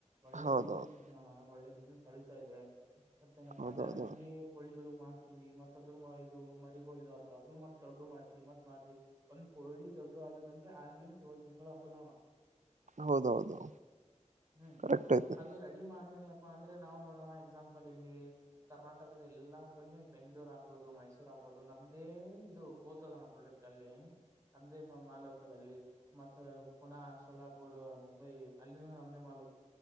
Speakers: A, on the right; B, on the right.
A: ಒಳ್ಳೆ
B: ಹೌದೌದು
A: ಬಿಸ್ನೆಸ್ ಇದೆ ಅಣ್ಣ ಒಳ್ಳೆ ಬಿಸ್ನೆಸ್ ನಳೀತಾ ಇದೆ ಮತ್ತೇನಪ್ಪಾ
B: ಹೌದೌದು
A: ಅಂದ್ರೆ ಹಂಗೆ ಮಾಡ್ತವಿ ಮತ್ ಅದ್ರ ಇದು ಮರಿಗಳು ಇ ಅದು ಮ ದೊಡ್ ಮಾಡ್ತವಿ ಮತ್ವಿಂದ ಹಳ್ಳಿ ದೊಡ್ಗ್ಬೇಕಂದ್ರೆ ಆರ್ಲಿಂತ ಏಳಳ್ ತಿಂಗಳು ಹತ್ತತದೋಣ
B: ಹೌದೌದು
A: ಹ್ಮ್
B: ಕರೆಕ್ಟ್ ಐತೆ
A: ಅದು ರೆಡಿ ಮಾಡನೇ ಅಂದ್ರೆ ನಾವು ನೋಡೋಣ ಎಕ್ಸಾಂಪಲ್ ಇಲ್ಲಿ ಕರ್ನಾಟಕ ಎಲ್ಲ ಬೆಂಗ್ಗಳೂರ್ ಆಗ್ಬೋದು ಮೈಸೂರ್ ಆಗ್ಬೋದು ನಮ್ದೇ ಇದು ಓದ್ತದೋಣ್ಣ ಪ್ರಾಡಕ್ಟ್ ಅಲ್ಲಿ ನಮ್ದೇ ಮಾಲ್ ಹೋಗ್ತದ ಅಲ್ಲಿ ಮತ್ತ ಪುನ ಸೋಲಾಪುರ್ ಮುಂಬೈ ಅಲ್ಲಿನ ನಮ್ದೇ ಮಾಲ್